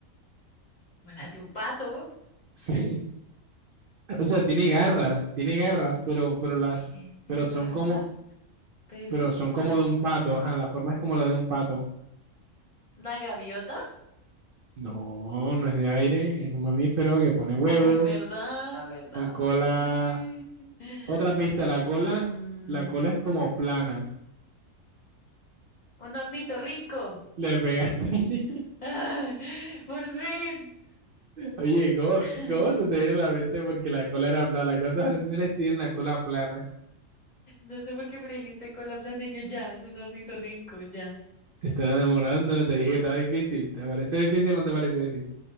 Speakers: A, on the left; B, on the right.
A: como las de un pato.
B: Sí. O sea, tiene garras, tiene garras, pero, pero las,
A: Tiene
B: pero son
A: garras.
B: como,
A: Pero
B: pero
A: es un
B: son
A: pato.
B: como de un pato, ajá, la forma es como la de un pato.
A: ¿Una gaviota?
B: No, no es de aire, es un mamífero que pone huevos,
A: Ay, verdad, verdad.
B: con cola.
A: Sí. <gasps>
B: Otra pista, la cola,
A: Mm,
B: la cola es como plana.
A: un ornitorrinco.
B: Le pegaste. <laughs>
A: <laughs> ¡Ah! por fin.
B: Oye, ¿cómo,
A: <laughs>
B: cómo se te dio la mente porque la cola era plana? ¿Cuántos animales tienen la cola plana?
A: No sé por qué me dijiste con la planilla ya, es un ornitorrinco, ya.
B: Te estás demorando, te dije que estaba difícil. ¿Te pareció difícil o no te pareció difícil?